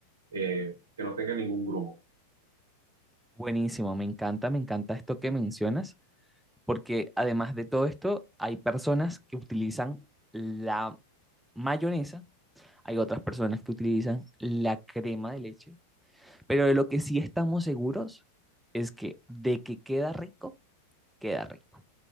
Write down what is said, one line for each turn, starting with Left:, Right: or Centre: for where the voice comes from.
Right: eh, que no tenga ningún grumo.
Centre: Buenísimo, me encanta, me encanta esto que mencionas. porque además de todo esto, hay personas que utilizan la mayonesa, hay otras personas que utilizan la crema de leche, pero de lo que sí estamos seguros es que de que queda rico, queda rico.